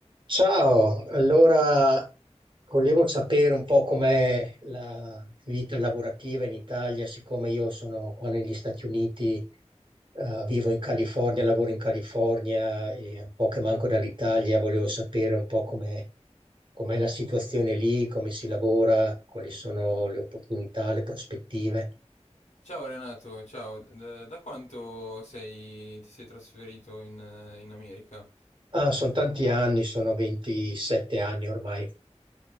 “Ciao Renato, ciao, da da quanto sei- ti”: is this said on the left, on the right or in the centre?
Left